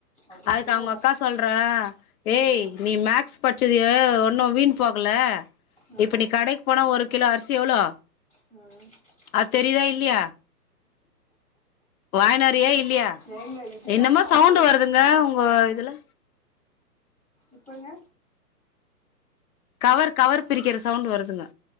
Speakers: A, in the centre; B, on the left (about 60°).
A: ஐயையோ
B: அதுக்கு அவ்ங்க அக்கா சொல்றா ஏய்
A: ம்
B: நீ மேக்ஸ் பட்ச்சதுயே ஒன்னு வீண் போகல
A: ம்
B: இப்ப நீ கடைக்கு போனா ஒரு கிலோ அரிசி எவ்ளோ
A: ஆ
B: அத் தெரியுதா இல்லியா வாங்கின் வாரியா இல்லியா
A: ஏங்க இதுக்காக
B: என்னம்மோ
A: அவ்ளோ
B: சவுண்டு வருதுங்க உங்க இதுல
A: இப்பங்க
B: கவர் கவர் பிரிக்கிற சவுண்டு வருதுங்க